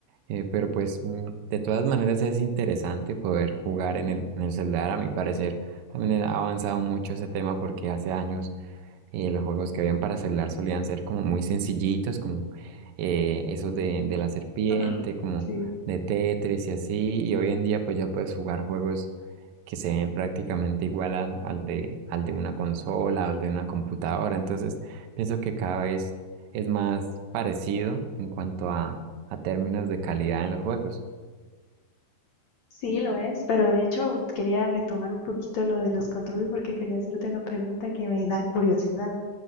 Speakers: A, on the right; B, on the left.
A: Eh, pero pues mm, de todas maneras es interesante poder jugar en el, en el celular, a mi parecer. También ha avanzado mucho ese tema porque hace años eh, los juegos que habían para celular solían ser como muy sencillitos, como eh, esos de, de la serpiente,
B: <laughs> ujú.
A: como
B: Sí.
A: de Tetris y así, y hoy en día pues ya puedes jugar juegos que se ven prácticamente igual al, al de, al de una consola o al de una computadora, entonces pienso que cada vez es más parecido en cuanto a, a términos de calidad en los juegos.
B: Sí, lo es, pero de hecho quería retomar un poquito lo de los controles porque quería hacerte una pregunta que me da curiosidad.